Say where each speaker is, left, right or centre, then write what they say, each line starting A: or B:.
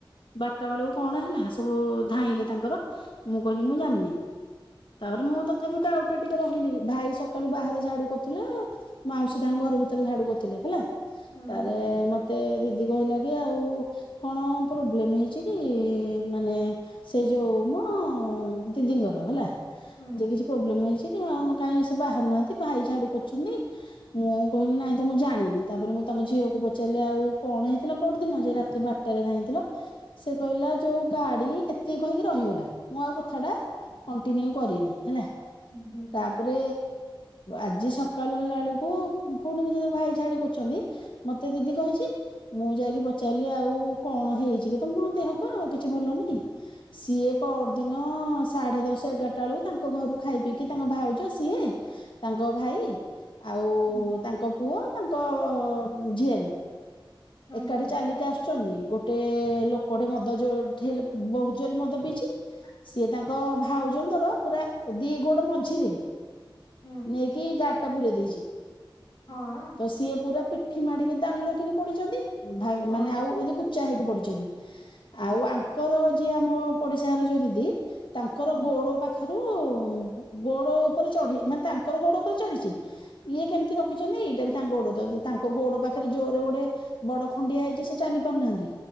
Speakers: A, on the left; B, on the left.
A: ବାରଟା ବେଳକୁ କଣ ହେଲା ସବୁ ଧାଇଁଲେ ତାଙ୍କର ମୁଁ କହିଲି ମୁଁ ଜାଣିନି। ତାପରେ ମୁଁ ତଥାପି ଡାଉଟ ରେ ଟିକେ ରହିଲି, ଭାଇ ସକାଳୁ ବାହାର ଝାଡୁ କରୁଥିଲେ ମାଉସ ତାଙ୍କ ଘର ଭିତରେ ଝାଡୁ କରଥିଲେ ହେଲା।
B: ହୁଁ
A: ତରେ ମତେ ମତେ ଦିଦି କହିଲା କି ଆଉ କଣ ପ୍ରୋବ୍ଲେମ ହେଇଛି କି? ମାନେ ସେଇ ଯୋଉ ମ ଦିଦିଙ୍କର ହେଲା
B: ହୁଁ
A: ଯେ କିଛି ପ୍ରୋବ୍ଲେମ ହେଇଛି କି ହଁ କାଇହିଁ ସେ ବାହାରୁନାହାନ୍ତି ଭାଇ ଝାଡୁ କରୁଛନ୍ତି। ମୁଁ କହିଲି ନାଇଁ ତ ମୁଁ ଜାଣିନି। ତାପରେ ମୁଁ ତାଙ୍କ ଝିଅକୁ ପଚାରିଲି ଆଉ କଣ ହେଇଥିଲା ପୋରଦିନ ଯେ ରାତି ବାଟ ଟାରେ ଧାଇଁଥିଲ ସେ କହିଲା ଯୋଉ ଗାଡି ଏତ ଏତି କହିକି ରହିଗଲା। ମୁଁ ଆଉ କଥାଟା କଣ୍ଟିନୁ କରିନି ହେଲା
B: ହୁଁ ହୁଁ ହୁଁ
A: ତାପରେ ରେ ଆଜି ସକାଳୁ ହେଲା ବେଳକୁ ପୁଣିବି ଯଦି ଭାଇ ଛାଡ଼ୁ କରୁଚନ୍ତି ମତେ ଦିଦି କହିଚି ମୁଁ ଯାଇକି ପଚାରିଲି ଆଉ କଣ ହେଇଚିକି ତମ ଦେହ ପା ଆଉ କିଛି ଭଲ ନାହିଁ ସିଏ ପରଦିନ ସାଢେ ଦଶ ଏଗାରଟା ବେଳକୁ ତାଙ୍କ ଘରୁ ଖାଇ ପିି କି ତାଙ୍କ ଭାଉଜ ସିଏ ତାଙ୍କ ଭାଇ ଆଉ
B: ହୁଁ
A: ତାଙ୍କ ପୁଅ ତାଙ୍କ ଝିଆରୀ
B: ହୁଁ
A: ଏକାଠି
B: ହୁଁ
A: ଚାଲିକି ଆସୁଚନ୍ତି ଗୋଟେ ଲୋକଟେ ମଦ ଯୋଉ ଠେ ବୋହୁତ ଜୋରେ ମଦ ପିଇଚି
B: <inaudible>
A: ସିଏ ତାଙ୍କ ଭାଉଜଙ୍କର ପୁରା ଦି ଗୋଡ଼ ମଝିରେ
B: ହୁଁ।
A: ଦେଇକି ଗାଡ଼ିଟା ପୁରେଇ ଦେଇଚି
B: ହଁ
A: ତସିଏ ପୁରା ପିଠି ମାଡ଼ିକି ଦାଲୁକି ପଡ଼ିଚନ୍ତି ଭା
B: ହଁ
A: ମାନେ ଆଉ ଏମତି କୁଚା ହେଇକି ପଡ଼ିଛନ୍ତି
B: ହୁଁ
A: ଆଉ ଆ ଙ୍କର ଯିଏ ଆମ ପଡ଼ିଶାଘର ଯୋଉ ଦିଦି ତାଙ୍କର
B: ହୁଁ
A: ଗୋଡ଼ ପା ପାଖରୁ ଗୋଡ଼ ଉପରେ ଚଢି ମାନେ ତାଙ୍କର ଗୋଡ଼ ଉପରେ ଚଢିଚି ଇଏ କେମିତି ରଖିଚନ୍ତି ଏଇଟାବି ତାଙ୍କ ଗୋଡ଼ ତାଙ୍କ ଗୋଡ଼ ପାଖରେ ଜୋରେ ଗୋଟେ ବଡ଼ ଖଣ୍ଡିଆ ହେଇଚି ସେଚାଲି ପାରୁନାହାନ୍ତି